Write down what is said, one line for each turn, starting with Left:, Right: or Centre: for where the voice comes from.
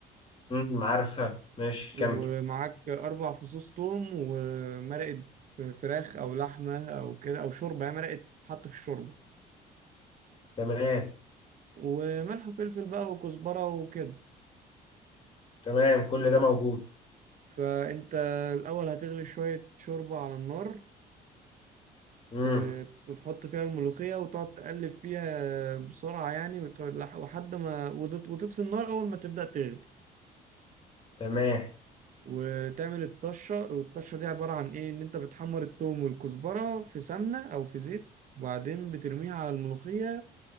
Left: امم عارفها ماشي
Right: ومعاك
Left: كمل
Right: أربع فصوص توم ومرقة فراخ أو لحمة أو كده أو شوربة هي مرقة حط في الشوربة
Left: تمام
Right: وملح وفلفل بقى وكزبرة وكده
Left: تمام كل ده موجود
Right: فأنت الأول هتغلي شوية شوربة على النار
Left: امم
Right: وت- وتحط فيها الملوخية وتقعد تقلب فيها بسرعة يعني وتقعد لح- وحد ما وتط- وتطفي النار أول ما تبدأ تغلي
Left: تمام
Right: وتعمل الطشة والطشة دي عبارة عن إيه إن أنت بتحمر التوم والكزبرة في سمنة أو في زيت وبعدين بترميها على الملوخية